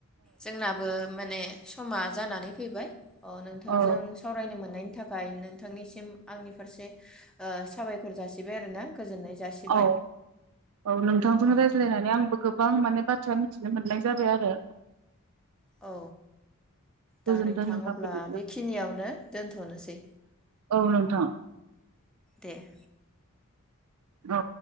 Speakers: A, in the centre; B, on the right.
A: जोंनाबो माने समा जानानै फैबाय अ नोंथांजों
B: औ
A: सावरायनो मोन थानायनि थाखाय नोंथांनिसिम आंनि फारसे ओ साबायखर जासिबाय आरो ना। गोजोननाय जासिबाय
B: औ औ नोंथांजोंनो
A: औ
B: रायज्लायनानै आंबो गोबां माने बाथ्रानो मिथिनो मोननाय जाबाय आरो।
A: औ
B: गोजोनथों
A: दा नोंथां अब्ला
B: बिदिब्ला
A: बेखिनियावनो दोनथ थनोसै
B: औ नोंथां।
A: दे
B: औ।